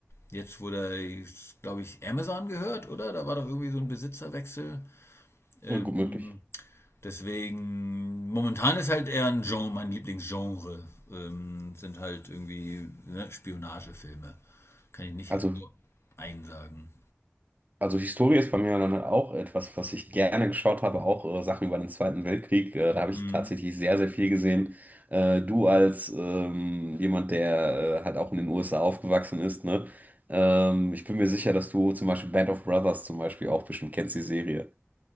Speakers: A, on the left; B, on the right.
A: Jetzt wurde, glaube ich, Amazon gehört, oder? Da war doch irgendwie so ein Besitzerwechsel. Ähm,
B: Ja, Gut möglich.
A: Deswegen, momentan ist halt eher ein Genre, mein Lieblingsgenre, ähm, sind halt irgendwie ne, Spionagefilme. Kann ich nicht
B: Also,
A: nur einen sagen.
B: also Historie ist bei mir dann auch etwas, was ich gerne geschaut habe, auch äh, Sachen über den Zweiten Weltkrieg. Äh, da habe ich
A: Hm.
B: tatsächlich sehr, sehr viel gesehen. Äh, du als ähm, jemand, der äh, halt auch in den USA aufgewachsen ist, ne? Ähm, ich bin mir sicher, dass du zum Beispiel Band of Brothers zum Beispiel auch bestimmt kennst, die Serie.